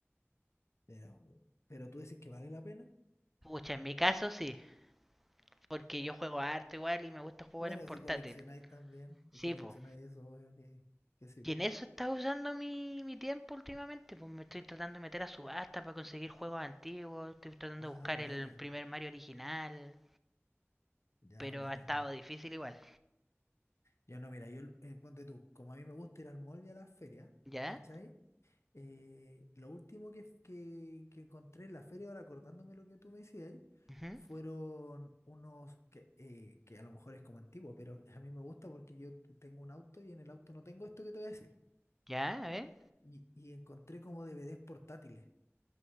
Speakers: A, on the left (about 70°); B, in the centre.
A: Pero, pero tú dices que vale la pena.
B: Pucha, en mi caso sí, porque yo juego harto igual y me gusta jugar
A: Bueno,
B: en portátil.
A: si coleccionáis también
B: Sí,
A: y coleccionáis
B: pues.
A: eso, obvio que, que sí,
B: Y
A: pues.
B: en eso estaba usando mi, mi tiempo últimamente, pues me estoy tratando de meter a subasta para conseguir juegos antiguos, estoy tratando
A: Ah,
B: de buscar
A: buena.
B: el primer Mario original,
A: Ya,
B: pero
A: buena,
B: ha estado
A: no.
B: difícil igual.
A: Yo no, mira, yo, eh, ponte tú, como a mí me gusta ir al mall y a las ferias,
B: ¿Ya?
A: ¿cachai? Eh, lo último que, que, que encontré en la feria, ahora acordándome lo que tú me decías, ahí,
B: Ujú.
A: fueron unos que, eh, que a lo mejor es como antiguo, pero a mí me gusta porque yo tengo un auto y en el auto no tengo esto que te voy a decir.
B: ¿Ya? A ver.
A: Y, y encontré como DVDs portátiles,